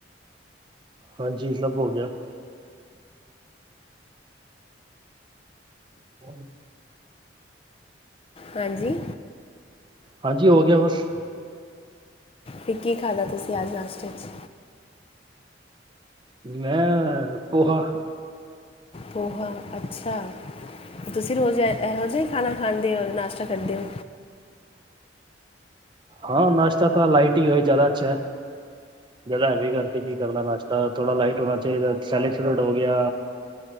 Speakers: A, on the right (about 25°); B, on the left (about 30°).
A: ਹਾਂਜੀ ਸੱਭ ਹੋ ਗਿਆ। ਹਾਂ
B: ਹਾਂਜੀ।
A: ਹਾਂਜੀ ਹੋ ਗਿਆ ਬਸ
B: ਫਿਰ ਕੀ ਖਾਣਾ ਤੁਸੀਂ ਅੱਜ ਨਾਸਤੇ ਚ?
A: ਮੈਂ ਪੋਹਾ।
B: ਪੋਹਾ ਅੱਛਾ, ਤੁਸੀਂ ਰੋਜ਼ ਇਹ ਇਹੋ ਜਿਹਾ ਹੀ ਖਾਣਾ ਖਾਂਦੇ ਹੋ, ਨਾਸ਼ਤਾ ਕਰਦੇ ਹੋ?
A: ਹਾਂ ਨਾਸ਼ਤਾ ਤਾਂ ਲਾਈਟ ਹੀ ਹੋਏ ਜ਼ਿਆਦਾ ਅੱਛਾ ਏ। ਜਿਆਦਾ ਹੈਵੀ ਕਰਕੇ ਕੀ ਕਰਨਾ ਨਾਸ਼ਤਾ ਥੋੜਾ ਲਾਈਟ ਹੋਣਾ ਚਾਹੀਦਾ ਸੈਲਡ ਸੂਲਡ ਹੋ ਗਿਆ